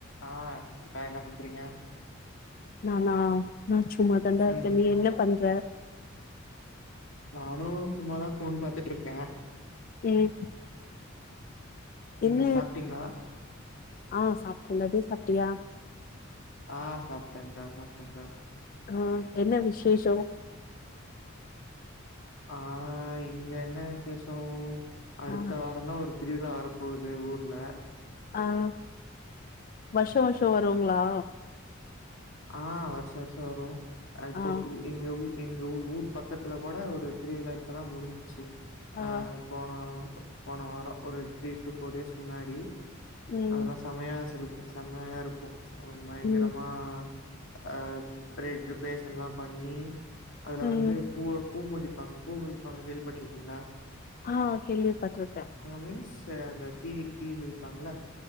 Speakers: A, on the left; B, on the left.
A: அ அக்கா என்ன பண்றீங்க
B: நானா நா சும் சும்மா தான்டா இருக்க
A: ம்
B: நீ என்ன பண்ற
A: நானு சும்மாதா போன் பாத்துட்டு இருக்கே
B: ம்
A: ம்
B: என்ன
A: சாப்ட்டீங்ளா
B: ஆ சாப்ட்டன்டா நீ சாப்ட்டியா
A: ஆ சாப்டேங்க்கா சாப்டேங்க்கா
B: ஆஹ் என்ன விசேஷம்
A: ஆஹ் இங்க என்ன விசேஷம் அடுத்த
B: ஆ
A: வாரம் தான் ஒரு திருவிழா வரப்பகுது ஊர் இல்ல
B: ஆஹ் வருஷம் வருஷம் வருங்களா
A: ஆஹ் வருஷம் வருஷம் வரும் அப்போ
B: ஆ
A: எங்க எங்க ஊ ஊர் பக்கத்துல கூட ஒரு திருவிழா இப்பதான் முடிஞ்சிச்சு
B: ஆ
A: ஆஹ் போனா போன வாரம் ஒரு த்ரீ டு ஃபோர் டேஸ் முன்னாடி
B: ம்
A: அதெல்லாம் சமய தெருக்குள்ள செம்மையா இருக்கும் ஓ பயங்கரமா
B: ம்
A: அஹ் ஃபிரீ ஃப்ரிபரேஷன் எல்லாம் பண்ணி அதுல
B: ம்
A: வந்து பூ பூ மிதிப்பாங்க பூ மிதிப்பாங்க கேள்விப்பட்டட்டுருக்கீங்களா
B: ஆஹ் கேள்விப்பட்டட்டுருக்கேன்
A: மீன்ஸ் அந்த தீ தீ மெதிப்பாங்க இல்ல